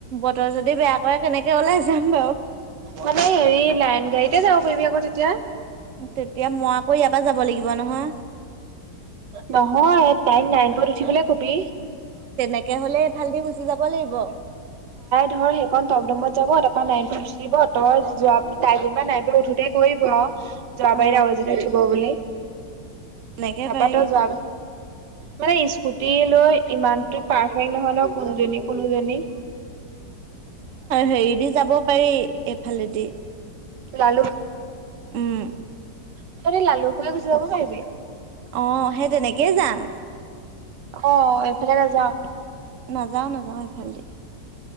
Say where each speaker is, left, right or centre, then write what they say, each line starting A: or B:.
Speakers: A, on the right; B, on the right.
A: বতৰ যদি বেয়া মই কেনেকে ওলাই যাম বাৰু?
B: মানে হেৰি লাইন গাড়ীতে যাব পাৰিবি আকৌ তেতিয়া।
A: তেতিয়া মই আকৌ ইয়াৰ পৰা যাব লাগিব। নহয়
B: নহয় তাইক <unintelligible> উঠিবলৈ কবি?
A: একে হ'লেই এইফাল দি গুচি যাব লাগিব।
B: ধৰ সেইকণ টমটমত <unintelligible> উঠিব তাই যোৱা তাই <unintelligible> উঠোতে কৰিব আৰু। জৰাবাৰীত
A: অ
B: আৰু এজনী উঠিব বুলি।
A: এনেকে
B: তাৰপা
A: পাৰিম।
B: তই যোৱা মানে স্কুটি লৈ ইমানতটো পাৰফেক্ট নহয় ন কোনজনী কোনজনী।
A: হেৰি দি যাব পাৰি এইফালে দি।
B: লালু
A: উম।
B: তহতে লালু খোলা গুচি যাব পাৰিবি।
A: অ', সেই তেনেকেই যাম।
B: অ', এইফালে নাযাওঁ?
A: নাযাও - নাযাও এইফাল দি।